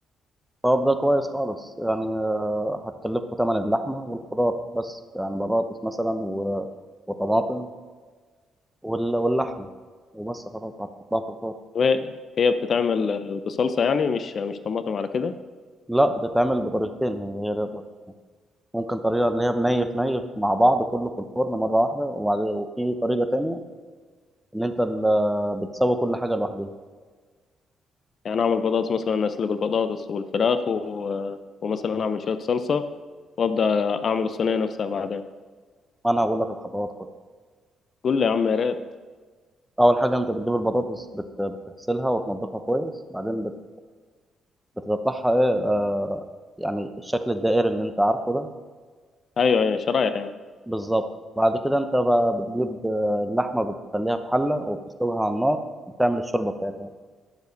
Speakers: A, in the centre; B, on the left.
A: طب ده كويس خالص يعني آه، هتكلفكوا ثمن اللحمه والخضار بس يعني بطاطس مثلا و... وطماطم وال... واللحمه وبس خلاص هتحطها في الفرن
B: وهي بتتعمل بصلصه يعني مش مش طماطم على كده
A: لا بتتعمل بطريقتين هي هي دي الطريقة. ممكن طريقه اللي هي بنيف نيف مع بعض كله في الفرن مره واحده وبعد وفي طريقه تانية ان انت ال- بتسوي كل حاجه لوحدها
B: يعني اعمل بطاطس مثلا اسلق البطاطس والفراخ و... ومثلا اعمل شويه صلصه وابدا اعمل الصينيه نفسها بعدين
A: انا هقول لك الخطوات كلها
B: قول لي يا عم يا ريت
A: اول حاجه انت بتجيب البطاطس بت- بتغسلها وتنضفها كويس بعدين بت- بتقطعها ايه آه يعني الشكل الدائري اللي انت عارفه ده
B: ايوه ايوه شرايح يعني
A: بالظبط بعد كده انت ب- بتجيب آه، اللحمه بتخليها في حله وبتسلقها على النار بتعمل الشوربه بتاعتها